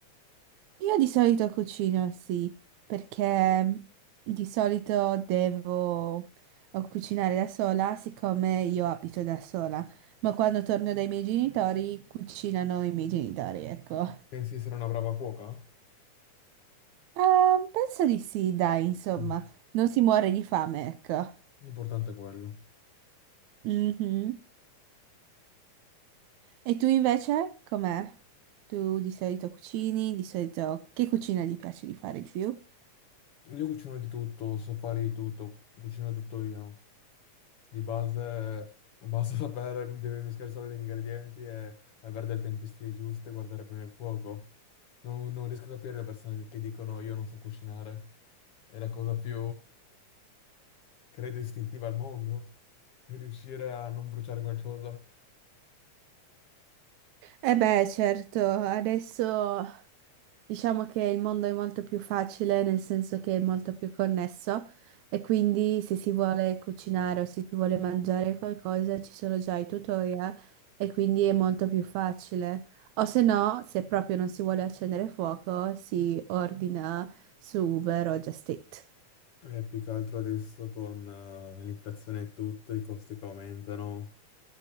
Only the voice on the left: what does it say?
Pensi di essere una brava cuoca?
Mm.
L'importante è quello.
Io cucino di tutto, so fare di tutto, cucino tutto io. Di base basta <laughs> sapere, devi mischiare solo gli ingredienti e avere delle tempistiche giuste, guardare bene il fuoco. Non, non riesco a capire le persone che dicono io non so cucinare. È la cosa più, credo, istintiva al mondo. Riuscire a non bruciare qualcosa.
E più che altro adesso con eh, l'inflazione e tutto, i costi che aumentano.